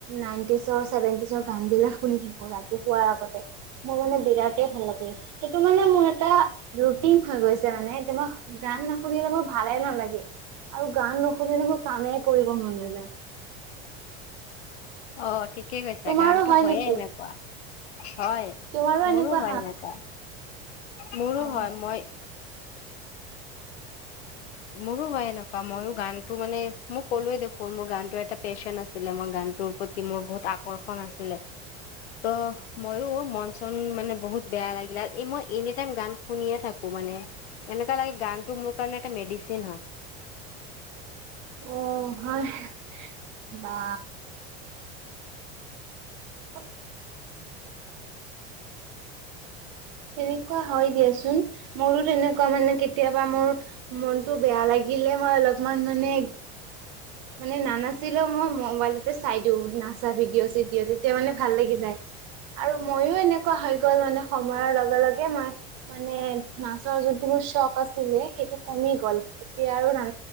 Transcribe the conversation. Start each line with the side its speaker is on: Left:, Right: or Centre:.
Right: নাইনটিজৰ, চেভেন্টিজৰ গান বিলাক শুনি থাকো ৰাতি শোৱাৰ আগতে। মোৰ মানে বিৰাটে ভাল লাগে। সেইটো মানে মোৰ এটা ৰুটিন হৈ গৈছে মানে এতিয়া মই গান নুশুনিলে মোৰ ভালে নালাগে। আৰু গান নুশুনিলে মোৰ কামে কৰিব ম'ন নাযায়।
Left: অ', ঠিকে কৈছা
Right: তোমাৰো
Left: গানতো
Right: হয়
Left: হয়য়ে
Right: নেকি
Left: এনেকুৱা। হয়
Right: তোমাৰো
Left: মোৰো
Right: এনেকুৱা
Left: হয় এনেুকুৱা, মোৰো
Right: অ
Left: হয় মই মোৰো হয় এনেকুৱা। মইয়ো গানটো মানে, মোক ক'লোৱে দেখোন, মোৰ গানটোৰ এটা পেশ্বন আছিলে, মই গানটোৰ ওপৰত কি মোৰ, বহুত আকৰ্ষণ আছিলে! ত' মইও মন-চন মানে, বহুত বেয়া লাগিলে! এ, মই এনিটাইম গান শুনিয়ে থাকোঁ। <unintelligible> মানে, এনেকা লাগে, গান টো মোৰ কাৰণে, এটা মেডিচিন হয়!
Right: অ'! হয়। বা! <inaudible> এনেকুৱা হয় দিয়াচোন! মোৰো তেনেকুৱা মানে, কেতিয়াবা মোৰ মনতো বেয়া লাগিলে, মই অলপমান মানে, মানে, নানাচিলেও মই, মোবাইলতে চাই দিওঁ, নাচা ভিডিঅ-চিডিঅ। তেতিয়া মানে, ভাল লাগি যায়! আৰু মইয়ো এনেকুৱা হৈ গ'ল মানে, সময়ৰ লগে- লগে মই মানে, নাচৰ যোনটো মোৰ চখ আছিলে, সেইটো কমি গ'ল। এতিয়া আৰু না